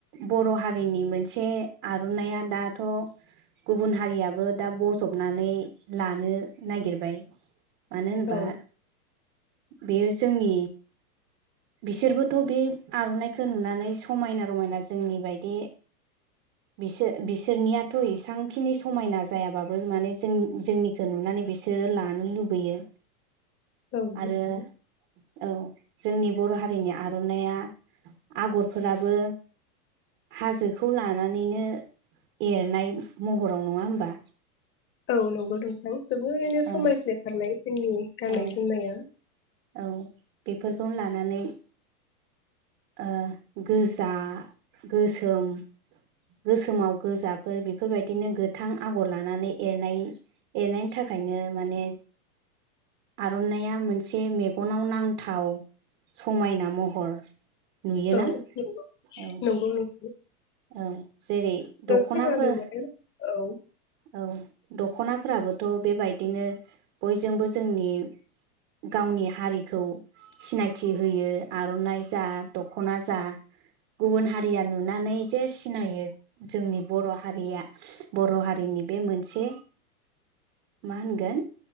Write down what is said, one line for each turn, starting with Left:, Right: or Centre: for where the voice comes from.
Right: बर' हारिनि मोनसे आर'ननाइया दाथ' गुबुन हारियाबो दा बजबनानै लानो नागिरबाय मानो होनोबा
Left: औ
Right: बेयो जोंनि बिसोरबोथ' बे आर'नाइखो नुनानै समायना रमायना जोंनि बायदि बिसोर बिसोरनियाथ' इसबांखिनि समायना जायाबाबो माने जों जोंनिखौ नुनानै बिसोरो लानो लुबैयो
Left: औ
Right: आरो
Left: नंगौ
Right: औ जोंनि बर' हारिनि आर'नाइया आगरफोराबो हाजोखौ लानानैनो एरनाय महराव नङा होमबा
Left: औ नंगौ नोंथां जोबोरैनो समायज्ले
Right: ओं
Left: थारनाय जोंनि गाननाय
Right: औ
Left: जोमनाया
Right: औ बेफोरखौनो लानानै ओ गोजा गोसोम गोसोमाव गोजाफोर बेफोरबायदिनो गोथां आगर लानानै एरनाय एरनायनि थाखायनो माने आर'नाया मोनसे मेगनाव नांथाव समायना महर नुयोना
Left: औ नंगौ
Right: औ
Left: नंगौ नंगौ
Right: औ जेरै दख'नाफोर
Left: खोनानो मोनो औ
Right: औ दख'नाफ्राबोथ' बेबायदिनो बयजोंबो जोंनि गावनि हारिखौ सिनायथि होयो आरो आर'नाइ जा दख'ना जा गुबुन हारिया नुनानै जे सिनायो जोंनि बर' हारिया बर' हारि जोंनि बे मोनसे मा होनगोन